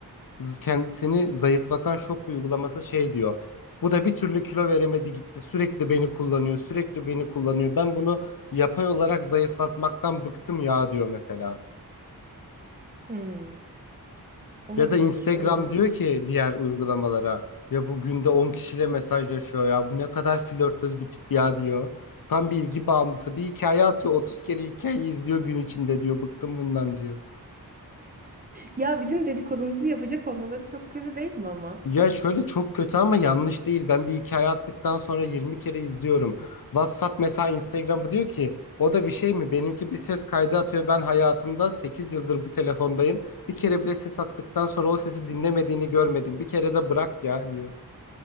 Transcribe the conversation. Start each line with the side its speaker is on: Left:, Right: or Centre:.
Left: z- kend- seni zayıflatan shop uygulaması şey diyor. Bu da bir türlü kilo veremedi gitti. Sürekli beni kullanıyor, sürekli beni kullanıyor. Ben bunu yapay olarak zayıflatmaktan bıktım ya diyor mesela.
Right: Hmm, olabilir,
Left: Ya da Instagram
Right: olabilir.
Left: diyor ki
Right: <laughs>
Left: diğer uygulamalara ya bu günde 10 kişiyle mesajlaşıyor ya bu ne kadar flörtöz bir tip ya diyor. Tam bir ilgi bağımlısı bir hikaye atıyor 30 kere hikayeyi izliyor gün içinde diyor bıktım bundan diyor.
Right: Ya bizim dedikodumuzu yapacak olmaları çok kötü değil mi ama?
Left: Ya şöyle çok kötü ama yanlış değil. Ben bir hikaye attıktan sonra 20 kere izliyorum. WhatsApp mesela Instagram'ı diyor ki o da bir şey mi? Benimki bir ses kaydı atıyor. Ben hayatımda 8 yıldır bu telefondayım. Bir kere bile ses attıktan sonra o sesi dinlemediğini görmedim. Bir kere de bırak ya diyor.